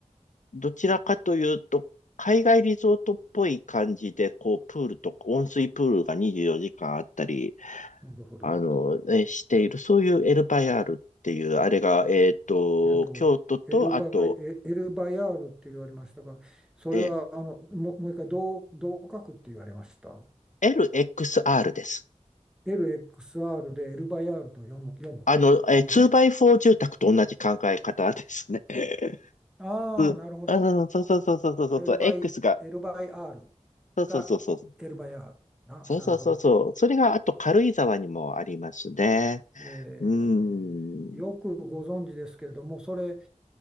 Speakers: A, on the left; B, in the centre.
A: どちらかというと、海外リゾートっぽい感じで、こう、プールとか、温水プールが24時間あったり、
B: なるほど。
A: あの、ね、している、そういうエルバイアールっていう、あれが、えっと、
B: えっと、
A: 京都と、
B: エルバ、
A: あと、
B: エエルバヤールって言われましたが、それはあのも、
A: え
B: もう一回どう、どう書くって言われました。
A: ー、LXR です。
B: LXR でエルバヤールと読む、読むですね。
A: あの、えー、2ォ4住宅と同じ考え方ですね。<laughs>
B: ああ、
A: うんあそうん、
B: なるほど。
A: そうそうそうそうそうそう、
B: エルバイ、
A: X が、
B: エルバイアール
A: そうそうそうそう、
B: がエルバヤール。な、
A: そうそうそうそう、
B: なるほど。
A: それがあと軽井沢にもありますね。
B: え
A: うーん。
B: ーよくご存知ですけれども、それ、